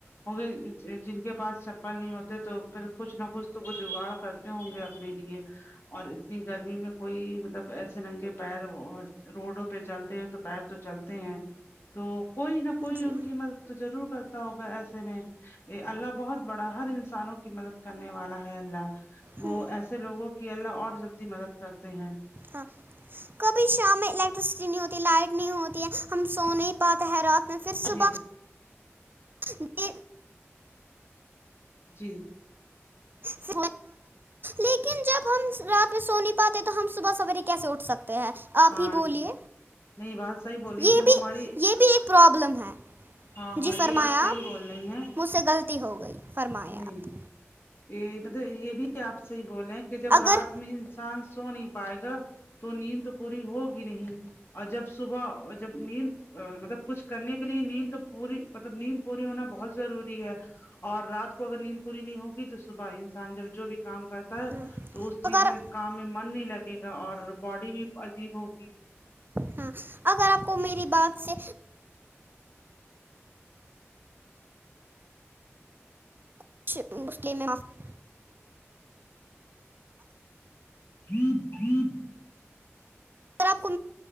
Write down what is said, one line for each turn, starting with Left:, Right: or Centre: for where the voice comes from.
Left: ہوگے جن کے پاس چپل نہیں ہوتے تو پھر کچھ نہ کچھ تو وہ جگاڑ کر تے ہوںگے اپنے لیے اور اتنی گرمی میں کوئی مطلب ایسے ننگے پیر روڈوں پہ چلتے ہیں تو پیر تو چلتے ہیں تو کوئی نہ کوئی
Right: جی
Left: ان کی مدد تو ضرور کرتا ہوگا ایسے میں ا اللہ بہت بڑا ہر انسانوں کی مدد کرنے والا ہے اللہ
Right: ہوں
Left: وہ ایسے لوگوں کی اللہ اور جلدی مدد کرتے ہیں
Right: ہاں کبھی شام میں الیکٹرسٹی نہیں ہوتی لائٹ نہیں ہوتی ہے ہم سو نہیں پاتے ہے رات میں پھر صبح
Left: جی
Right: <unintelligible>
Left: جی
Right: س لیکن جب ہم رات میں سو نہیں پاتے تو ہم صبح سویرے کیسے اٹھ سکتے ہیں آپ
Left: ہاں
Right: ہی بولیے
Left: نہیں بات صحیح بولی
Right: یہ
Left: جب
Right: بھی
Left: ہماری
Right: یہ بھی ایک پرابلم ہے
Left: ہاں ہاں
Right: جی
Left: یہ
Right: فرمایا
Left: بات صحیح
Right: آپ
Left: بول رہی ہیں
Right: مجھ سے غلطی ہو گئی فرمایا
Left: نہیں
Right: آپ
Left: یہ پتاہی یہ بھی آپ صحیح بولے ہیں کہ جب
Right: اگر
Left: رات میں انسان سو نہیں پائے گا تو نیند تو پوری ہوگی نہیں اور جب صبح جب نیند مطلب کچھ کرنے کے لیے نیند تو پوری مطلب نیند پوری ہونا بہت ضروری ہے اور رات کو اگر نیند پوری نہیں ہوگی تو صبح انسان جب جو بھی کام کرتا ہے
Right: ہاں
Left: تو اس چیز
Right: اگر
Left: میں کام میں من نہیں لگے گا اور باڈی بھی عجیب ہوگی
Right: ہاں اگر آپ کو میری بات سے <unintelligible>
Left: <inaudible>
Right: اگر آپ کو